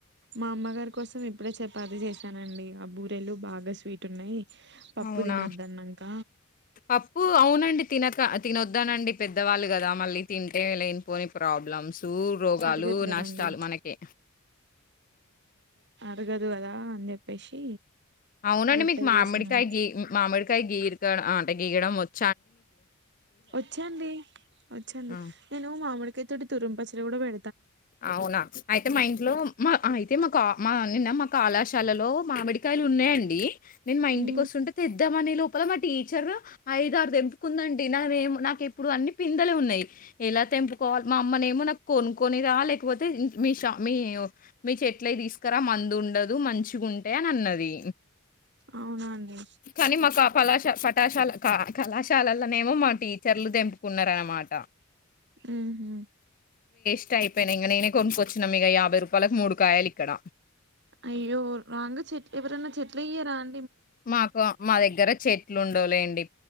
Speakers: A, on the right; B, on the left.
A: మా అమ్మగారికి కోసం ఇప్పుడే చపాతి చేశానండి ఆ బూరేలు బాగా స్వీట్ ఉన్నాయి పప్పు
B: అవునా
A: తినొద్దన్నాక
B: పప్పు అవునండి తినక తినొద్దానండి పెద్దవాళ్ళు కదా మళ్ళీ తింటే లేని పోని ప్రాబ్లమ్స్ రోగాలు
A: అరగదు కదండి
B: నష్టాలు మనకే
A: రగదు కదా అని చెప్పేసి
B: అవునండి
A: రొట్టెలు
B: మీకు మామిడికాయ
A: చేసానండి
B: గీ మామిడికాయ గీ ఆంట గీగడం వచ్చ
A: వచ్చాండి వచ్చాండి
B: ఆ!
A: నేను మామిడి టి తరుం పచ్చడి గూడా పె
B: అవునా అయితే మా ఇంట్లో మా అయితే మాకు మా నిన్న మా కళాశాలలో మామిడికాయలు ఉన్నాయంండి నేను మా ఇంటికి
A: ఉమ్
B: వస్తుంటే తెద్ద ద్దమని లోపల మా టీచర్ ఐదు ఆరు తెంపుకుందండి నాేమో నాకు ఎప్పుడు అన్ని పిందలే ఉన్నాయి ఎలా తెంపుకోవాలి మా అమ్మనే ఏమో నాకు కొను కొన్ని రా లేకపోతే మీ ష మీ మీ చెట్లవి తీసుకురా మందు ఉండదు మంచిగా ఉంటాయి అని అన్నది
A: అవునా అండి
B: కనిమఖ పలాశ ప కశాల క కళాశాలలోనేమో మా టీచర్లు తెంపుకున్నార అనమాట
A: ఊహు
B: ఇ అయిపోయిన ఇంగ నేనే కొనుక్కొచ్చిన మ ఇక యాభై రూపాయలకు మూడు కాయలు ఇక్కడ
A: అయ్యో రంగు చెట్లే ఎప్పురన్న చెట్లయ రాం
B: మాకు మా దగ్గర చెట్లు ఉండవులేండి